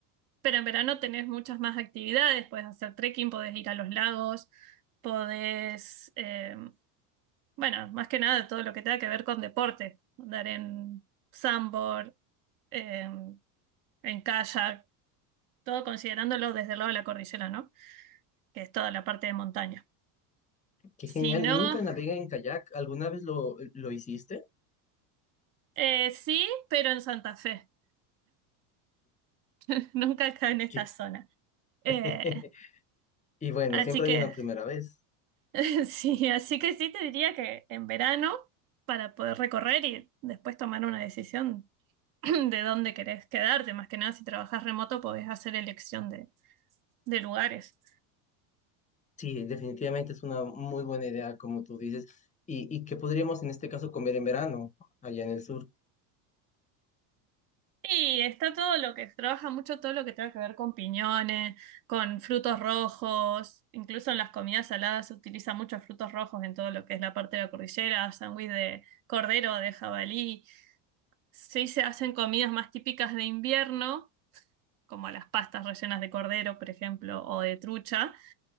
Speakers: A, on the right; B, on the left.
A: Pero en verano tenés muchas más actividades, podés hacer trekking, podés ir a los lagos, podés, eh, bueno, más que nada todo lo que tenga que ver con deporte, andar en sandboard, en, en kayak, todo considerándolo desde el lado de la cordillera, ¿no? Que es toda la parte de montaña.
B: Qué
A: Si
B: genial,
A: no,
B: nunca navegué en kayak, ¿alguna vez lo, lo hiciste?
A: eh, sí, pero en Santa Fe, <laughs> nunca acá
B: Qué-
A: en esta
B: qué-
A: zona. Eh,
B: <laughs> Y bueno,
A: así
B: siempre
A: que
B: hay una primera vez.
A: <laughs> Sí, así que sí te diría que en verano, para poder recorrer y después tomar una decisión <clears throat> de dónde querés quedarte, más que nada si trabajas remoto podés hacer elección de, de lugares.
B: Sí, definitivamente es una muy buena idea, como tú dices. ¿Y, y qué podríamos en este caso comer en verano, allá en el sur?
A: Y está todo lo que se trabaja mucho, todo lo que tenga que ver con piñones, con frutos rojos, incluso en las comidas saladas se utilizan muchos frutos rojos en todo lo que es la parte de la cordillera, sándwich de cordero, de jabalí. Sí se hacen comidas más típicas de invierno como las pastas rellenas de cordero, por ejemplo, o de trucha.